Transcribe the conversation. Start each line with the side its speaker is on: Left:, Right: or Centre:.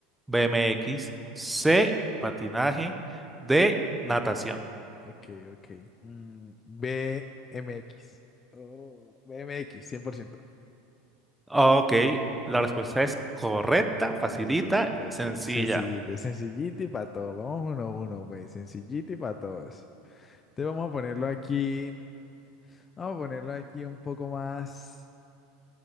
Centre: BMX, C,
Left: Ok.
Centre: patinaje, D, natación.
Left: Ok, ok. Mm, BMX. Oh, B M X, 100%.
Centre: Ok, la respuesta es correcta, facilita,
Left: Ah, Ok, ok,
Centre: sencilla.
Left: ok. Sencillito, sencillito y para todos. Vamos uno a uno, pues. Sencillito y para todos. Entonces vamos a ponerlo aquí. Vamos a ponerlo aquí un poco más